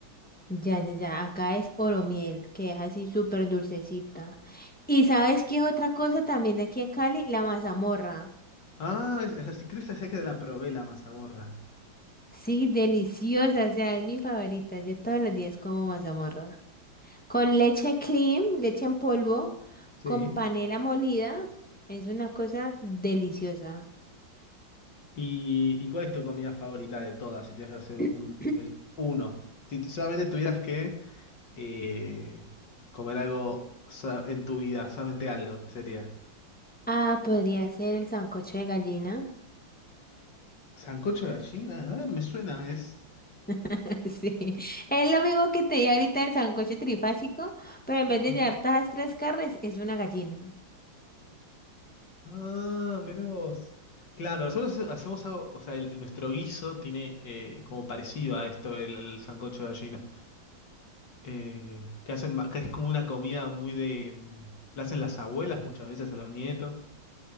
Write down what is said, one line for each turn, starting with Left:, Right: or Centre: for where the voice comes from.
Centre: ya, ya, ya, acá es oromiel, que es así súper dulcecita. ¿Y sabes qué es otra cosa también de aquí a Cali? La mazamorra.
Left: Ah, es, es así, creo que esa que la probé, la mazamorra.
Centre: Sí, deliciosa, o sea, es mi favorita. Yo todos los días como mazamorra. Con leche cream, leche en polvo,
Left: Sí.
Centre: con panela molida. Es una cosa deliciosa.
Left: ¿Y, y cuál es tu comida favorita de todas, si tienes que hacer un,
Centre: <clears throat>
Left: el uno? Si t- solamente tuvieras que eh, comer algo sa- en tu vida, solamente algo, ¿qué sería?
Centre: Ah, podría ser el sancocho de gallina.
Left: Sancocho de gallina, a ver, me suena, es...
Centre: <laughs> Sí, es lo mismo que te dije ahorita el sancocho trifásico, pero en vez de
Left: Sí.
Centre: llevar todas las tres carnes, es una gallina.
Left: Ah, mirá vos. Claro, nosotros hacemos algo, o sea, el- nuestro guiso tiene eh, como parecido a esto, el, el sancocho de gallina. Eh, que hacen, ma- que es como una comida muy de... mm, La hacen las abuelas muchas veces a los nietos,